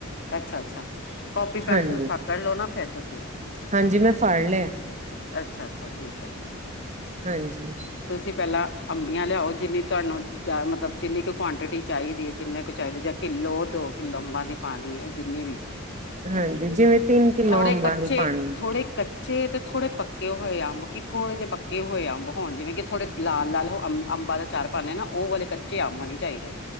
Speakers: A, on the left; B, on the right.
A: ਅੱਛਾ-ਅੱਛਾ ਕੌਪੀ ਪੈਨਸਿਲ
B: ਹਾਂਜੀ
A: ਪਕੜ ਲਉ ਨਾ, ਫਿਰ ਤੁਸੀਂ
B: ਹਾਂਜੀ ਮੈਂ ਫੜ ਲਿਆ।
A: ਅੱਛਾ-ਅੱਛਾ ਠੀਕ ਐ।
B: ਹਾਂਜੀ
A: ਤੁਸੀਂ ਪਹਿਲਾਂ ਅੰਬੀਆਂ ਲਿਆਓ ਜਿੰਨੀ ਤੁਹਾਨੂੰ ਜਾ ਮਤਲਬ ਜਿੰਨੀ ਕੁ ਕੁਆਂਟਿਟੀ ਚਾਈਦੀ ਐ, ਜਿੰਨੇ ਕੁ ਚਾਇ ਕਿੱਲੋ, ਦੋ ਕਿੱਲੋ ਅੰਬਾਂ ਦੀ ਪਾਨੀ ਐ ਜਿੰਨੀ ਵੀ
B: ਹਾਂਜੀ ਜਿਵੇਂ ਤਿੰਨ ਕਿੱਲੋ
A: ਥੋੜੇ
B: ਅੰਬਾਂ
A: ਕੱਚੇ
B: ਦੀ ਪਾਨੀ।
A: ਥੋੜੇ ਕੱਚੇ ਤੇ ਥੋੜੇ ਪੱਕੇ ਹੋਏ ਅੰਬ, ਕੀ ਥੋੜੇ ਜਿਹੇ ਪੱਕੇ ਹੋਏ ਅੰਬ ਹੋਣ ਜਿਵੇਂ ਕਿ ਥੋੜੇ ਲਾਲ- ਲਾਲ ਉਹ ਅੰਬ, ਅੰਬਾਂ ਦਾ ਚਾਰ ਪਾਣੇ ਆ ਨਾ ਉਹ ਵਾਲੇ ਕੱਚੇ ਅੰਬ ਨੀ ਚਾਈਦੇ।